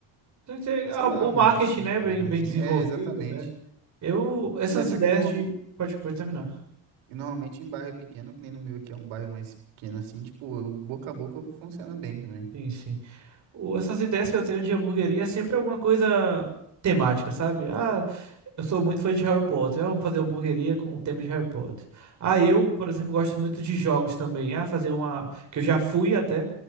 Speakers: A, on the right; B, on the right.
A: Tem que ter
B: sei
A: a-
B: lá,
A: O
B: um
A: marketing,
B: Instagramzinho.
A: né, bem, bem desenvolvido.
B: É, exatamente.
A: Eu, essas
B: Mas só
A: ideias
B: que não.
A: de. Pode, pode terminar.
B: E normalmente em bairro pequeno, que nem no meu aqui é um bairro mais pequeno assim, tipo, o boca a boca funciona bem também.
A: Sim, sim. O- essas ideias que eu tenho de hamburgueria é sempre alguma coisa temática, sabe? Ah, eu sou muito fã de Harry Potter. Ah, vamos fazer uma hamburgueria com o tema de Harry Potter. Ah, eu, por exemplo, gosto muito de jogos também. Ah, fazer uma. Que eu já fui até.